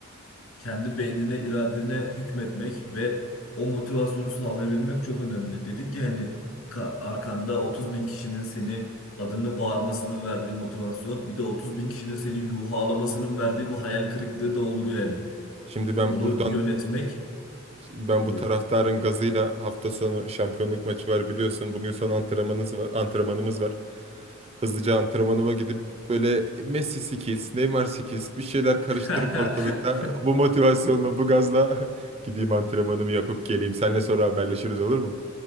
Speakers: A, on the left; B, on the right.
A: kendi beynine, iradene hükmetmek ve o motivasyonu sağlayabilmek çok önemli. Dedik ya hani ka- arkanda 30 bin kişinin seni adını bağırmasının verdiği motivasyon, bir de 30 bin kişinin seni yuhalamasının verdiği bir hayal kırıklığı da olur yani.
B: Şimdi ben
A: Onu
B: buradan
A: yönetmek,
B: ben
A: buyur.
B: bu taraftarın gazıyla hafta sonu şampiyonluk maçı var biliyorsun. Bugün son antrenmanımız var, antrenmanımız var. Hızlıca antrenmanıma gidip böyle Messi skills, Neymar skills bir şeyler karıştırıp
A: <laughs>
B: ortalıkta bu motivasyonla, bu gazla <laughs> gideyim antrenmanımı yapıp geleyim. Seninle sonra haberleşiriz olur mu?